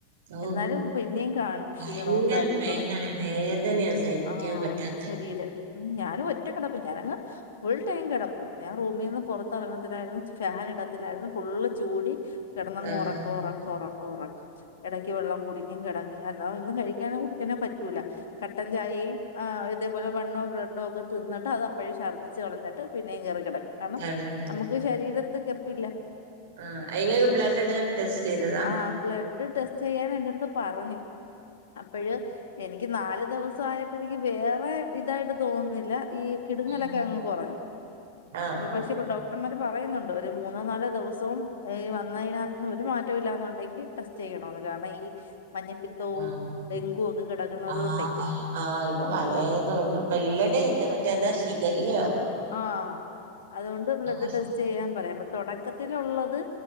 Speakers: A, on the right; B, on the left.
A: ഓഹ്
B: എന്നാലും പിന്നെയും കാണും ക്ഷീണോം
A: ഭയങ്കര
B: കാര്യങ്ങള്
A: പെയിനാണ് വേദനയാ സഹിക്കാൻ
B: ആഹ്
A: പറ്റാത്ത
B: ശരീരം ഞാനും ഒറ്റ കിടപ്പ ഞാനങ്ങ് ഫുൾ ടൈം കിടപ്പും ഞാൻ റൂമീന്ന് പുറത്തിറങ്ങത്തില്ലായിരുന്നു ഫാൻ ഇടത്തില്ലായിരുന്നു ഫുള്ള് ചൂടി കിടന്നങ്ങ്
A: ആഹ്
B: ഉറക്ക ഉറക്ക ഉറക്ക ഉറക്കം ഇടയ്ക്ക് വെള്ളം കുടിക്കും കിടക്കും അല്ലാതൊന്നും കഴി ക്കാനോ കുടിക്കാനോ പറ്റൂല കട്ടൻ ചായയും ആഹ് ഒര് ഇതേപോലെ ബണോ ബ്രഡോ ഒക്കെ തിന്നട്ട് അതെപ്പഴും ഛർദിച്ച് കളഞ്ഞിട്ട് പിന്നെയും കയറി കിടക്കും കാരണം
A: കള്ളച്ചാറ്
B: നമ്മുക്ക് ശരീരത്ത് എത്തൂല
A: ആ അയിന് ബ്ലഡ് എന്തെങ്കിലും ടെസ്റ്റ് ചെയ്തതാ?
B: <unintelligible> ബ്ലഡ് ടെസ്റ്റ് ചെയ്യാൻ ഏറ്റെടുത്ത് പറഞ്ഞു അപ്പോഴ എനിക്ക് നാല് ദിവസായപ്പോഴേക്ക് വേറെ ഇതായിട്ട് തോന്നുന്നില്ല ഈ- കിടുങ്ങലൊക്കെ
A: ഉം
B: അങ്ങ് കുറഞ്ഞു
A: ആഹ്
B: അപ്പൊ പക്ഷെ
A: ആഹ്
B: ഡോക്- ഡക്ടർമാര് പറയുന്നുണ്ട് ഒരു മൂന്നോ നാലോ ദിവസവും വന്നതിനകത്തന്നും ഒരു മാറ്റം ഇല്ലന്നുണ്ടെങ്കിൽ ടെസ്റ്റ് ചെയ്യണന്ന് കാരണം ഈ മഞ്ഞപ്പിത്തവും
A: ആഹ്
B: ഡെങ്കുവ ഒക്കെ കിടക്കുന്നത്
A: ആഹ്
B: കൊണ്ട്
A: ആഹ് ഇപ്പൊ പലേതും ഇപ്പൊ എല്ലാതുണ്ട് മറ്റേ എന്നാ ശീഖലയോ
B: ആഹ് അതുകൊണ്ട് ബ്ലഡ്
A: ഒരു
B: ടെസ്റ്റ്
A: സാ
B: ചെയ്യാൻ പറയാം അപ്പൊ തുടക്കത്തിലുള്ളത്